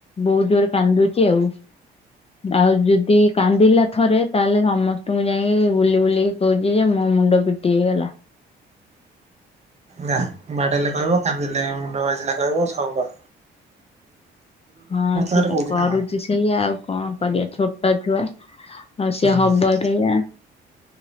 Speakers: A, on the left; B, on the right.
A: ବହୁତ୍ ଜୋର୍ ରେ କାନ୍ଦୁଚି ଆଉ- ଆଉ ଯଦି କାନ୍ଦିଲା ଥରେ ତାହେଲେ ସମସ୍ତଙ୍କୁ ଯାଇକି ବୁଲି ବୁଲିକି କହୁଚି ଯେ ମୋ ମୁଣ୍ଡ ପିଟି ହେଇଗଲା।
B: ଯା ବାଡେଇଲେ କହିବ କାନ୍ଦିଲେ ମୁଣ୍ଡ ବାଜିଲେ କହିବ ସବୁ କ
A: ହଁ ସେ
B: ଆଗରେ
A: ତ
B: କହୁଛି
A: କରୁଚି
B: ନା କଣ
A: ସେ ସେଇଆ ଆଉ କଣ କରିବା ଛୋଟ ଛୁଆ ଆଉ ସିଏ
B: ହୁଁ
A: ହବ ସେଇଆ।